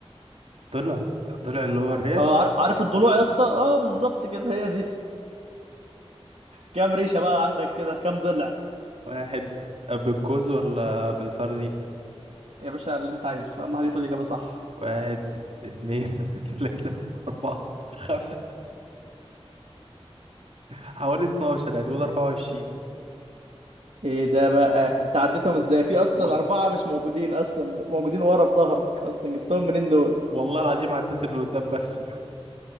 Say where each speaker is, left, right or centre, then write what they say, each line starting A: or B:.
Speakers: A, on the right; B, on the right.
A: طلع طلع اللي هو الريش
B: اه عار- عارف الضلوع يا اسطى اه بالظبط كده هي دي كم ريشه بقى عندك كده كم ضلع
A: واحد بالجوز ولا بالفردي
B: يا باشا اللي انت عايزه اهم حاجه تقول الاجابه صح
A: واحد اتنين <laughs> تلاتة أربعة خمسة حوالي 12 يعني قول 24
B: ايه ده بقى انت عديتهم ازاي في اصلا
A: وال...
B: اربعه مش موجودين اصلا موجودين ورا في ظهرك اصلا جبتهم منين دول
A: والله العظيم عديت اللي قدام بس